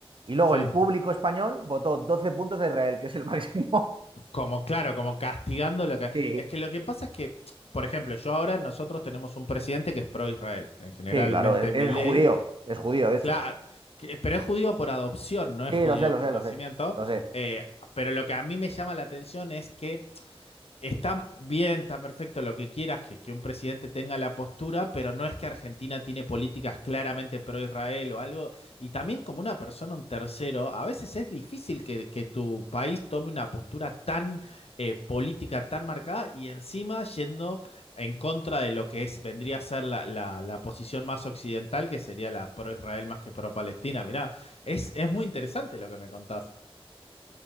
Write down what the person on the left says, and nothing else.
sí.
Como, claro, como castigando lo que.
Es que lo que pasa es que, por ejemplo, yo ahora nosotros tenemos un presidente que es pro-Israel, en generalmente
Milei.
Claro.
que- Pero es judío por adopción, no
es judío
por
nacimiento.
Eh, pero lo que a mí me llama la atención es que Está bien, está perfecto lo que quieras, que, que un presidente tenga la postura, pero no es que Argentina tiene políticas claramente pro-Israel o algo. Y también como una persona, un tercero, a veces es difícil que, que tu país tome una postura tan eh, política, tan marcada, y encima yendo en contra de lo que es, vendría a ser la, la- la posición más occidental, que sería la pro-Israel más que pro-Palestina. Mirá, es, es muy interesante lo que me contás.